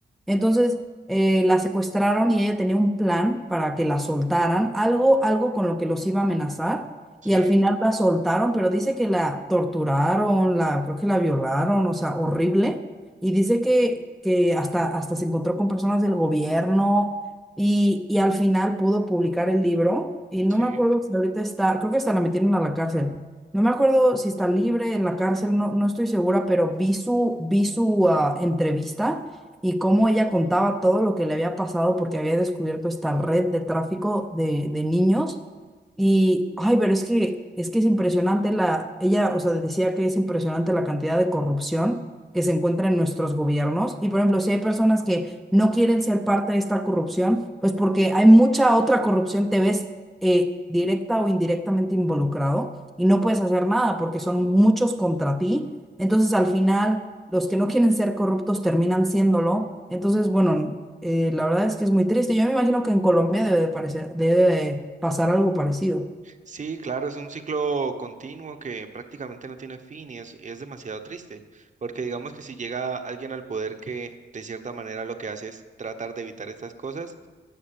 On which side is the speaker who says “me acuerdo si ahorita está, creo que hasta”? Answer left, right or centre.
Centre